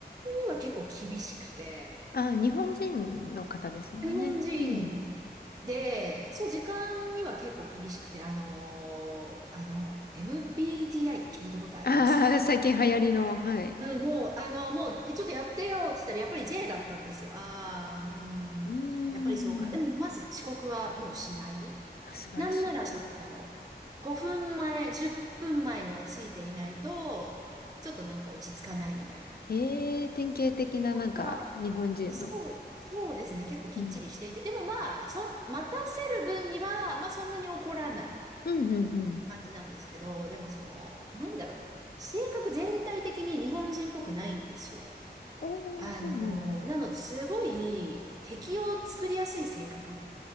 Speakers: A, on the right (about 20°); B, on the left (about 65°).
A: には結構厳しくて、
B: ああ、日本人の方ですもんね。
A: 日本人で、
B: うん。
A: そう、時間には結構厳しくて、あのーあの、MBTI って聞いたことあります
B: ああ、最近流行りの、はい。
A: うん、もう、あの、もう、え、ちょっとやってよ、つったら、やっぱり J だったんですよ。ああ、うん。
B: うん。
A: やっぱりそうか。でも、まず遅刻はもうしない。
B: あ、素晴らしい。
A: なんなら、その、5分前、10分前にはついていないと、ちょっとなんか落ち着かないみたいな。
B: ええ、典型的ななんか日本人の。
A: なんか、そう、そうですね。結構きっちりしていて。
B: うん。
A: でもまあ、そん、待たせる分には、まあそんなに怒らないみたいな感じなんですけど、
B: うんうんうん。
A: でもその、なんだろう。性格全体的に日本人っぽくないんですよ。
B: おー、
A: あのー、
B: そうなんだ。
A: なので、すごい敵を作りやすい性格って